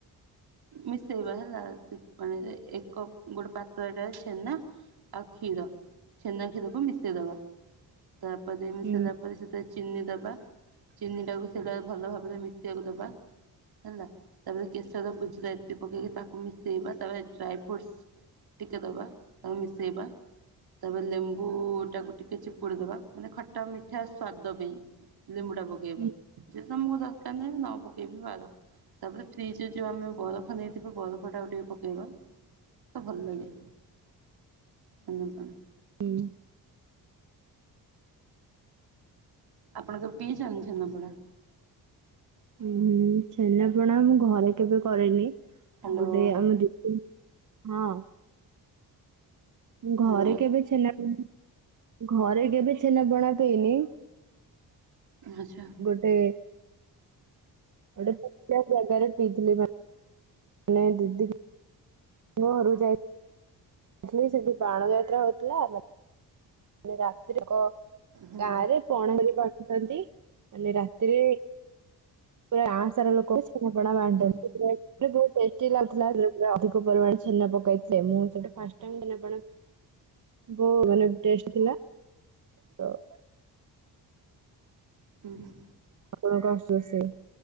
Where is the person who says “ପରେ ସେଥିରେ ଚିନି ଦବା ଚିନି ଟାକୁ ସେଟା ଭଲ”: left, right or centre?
Right